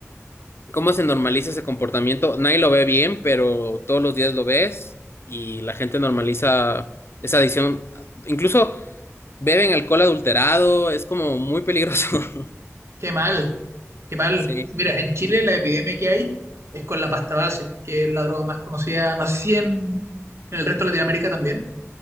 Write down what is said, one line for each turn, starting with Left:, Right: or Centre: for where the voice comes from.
Left: cómo se normaliza ese comportamiento. Nadie lo ve bien, pero todos los días lo ves y la gente normaliza esa adicción. Incluso beben alcohol adulterado, es como muy peligroso. <laughs>
Right: Qué mal, qué mal.
Left: Sí.
Right: Mira, en Chile la epidemia que hay es con la pasta base, que es la droga más conocida, no sé si en, en el resto de Latinoamérica también,